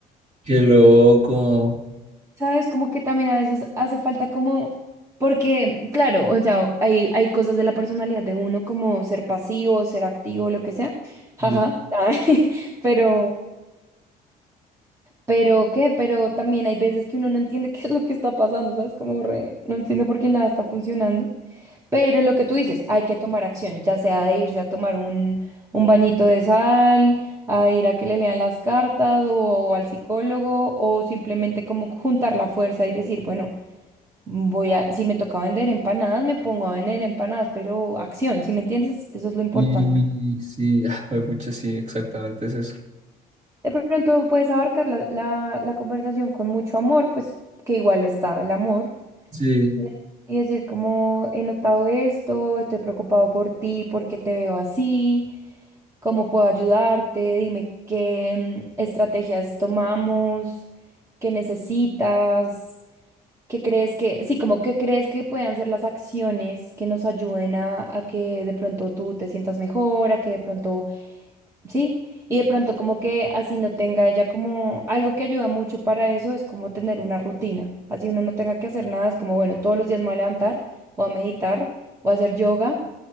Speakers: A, on the right; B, on the right.
A: Qué loco.
B: ¿Sabes? Como que también a veces hace falta como, porque, claro, o sea, hay, hay cosas de la personalidad de uno como ser pasivo, ser activo, lo que sea, jaja,
A: Y,
B: <laughs> ay, pero, pero, ¿qué? Pero también hay veces que uno no entiende <laughs> qué es lo que está pasando, ¿sabes? Como re, no entiendo por qué nada está funcionando, pero lo que tú dices, hay que tomar acción, ya sea de irse a tomar un, un bañito de sal, a ir a que le lean las cartas o al psicólogo o simplemente como juntar la fuerza y decir, bueno. Voy a, si me toca vender empanadas, me pongo a vender empanadas, pero acción, si me entiendes, eso es lo importante.
A: y sí, <laughs> mucho sí, exactamente es eso.
B: De pronto puedes abarcar la, la, la conversación con mucho amor, pues que igual está el amor.
A: Sí.
B: Y y decir como he notado esto, estoy preocupado por ti, porque te veo así, cómo puedo ayudarte, dime qué mm, estrategias tomamos, qué necesitas. ¿Qué crees que, sí, como que crees que puedan ser las acciones que nos ayuden a, a que de pronto tú te sientas mejor, a que de pronto, sí, y de pronto como que así no tenga ella como algo que ayuda mucho para eso es como tener una rutina, así uno no tenga que hacer nada, es como, bueno, todos los días me voy a levantar, voy a meditar, voy a hacer yoga,